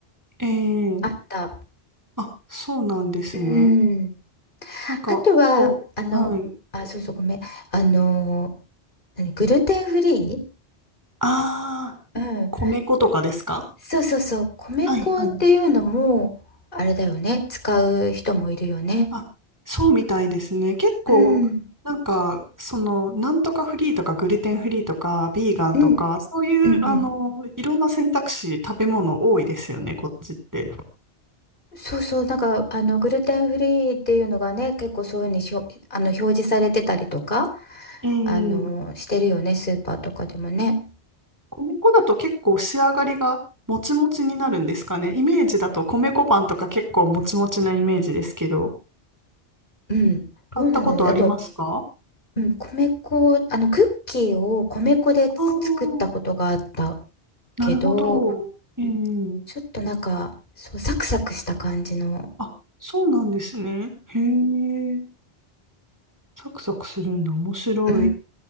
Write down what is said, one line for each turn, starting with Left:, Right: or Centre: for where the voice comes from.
Right: えー、
Left: あった。
Right: あ、そうなんですね。
Left: うん、
Right: なんか、
Left: あとは、
Right: お、
Left: あの、
Right: はい、
Left: あ、そうそう、ごめん、あの、何グルテンフリー
Right: ああ、
Left: うん、
Right: 米粉とかですか
Left: そうそうそう、米粉っていうのも、
Right: はいはい。
Left: あれだよね、使う人もいるよね。
Right: あ、そうみたいですね。結構、
Left: うん、
Right: なんか、その、なんとかフリーとか、グルテンフリーとか、ビーガンとか、
Left: うん、
Right: そういう、
Left: うん、
Right: あの、
Left: うん。
Right: いろんな選択肢、食べ物多いですよね、こっちって。
Left: そうそう、なんか、あの、グルテンフリーっていうのがね、結構そういうふうにしょ、あの、表示されてたりとか、
Right: ええ
Left: あの、してるよね、スーパーとかでもね。
Right: 米粉だと結構仕上がりがもちもちになるんですかね。イメージだと米粉パンとか結構もちもちなイメージですけど、
Left: うん、どうなんだろう。
Right: 買ったことありますか
Left: あと、うん、米粉、あの、クッキーを米粉でつ作ったことがあった
Right: ああー、なるほど。
Left: けど、
Right: ええ
Left: うんちょっとなんか、そう、サクサクした感じの。
Right: あ、そうなんですね。へえ。サクサクするんだ。面白い。
Left: うん。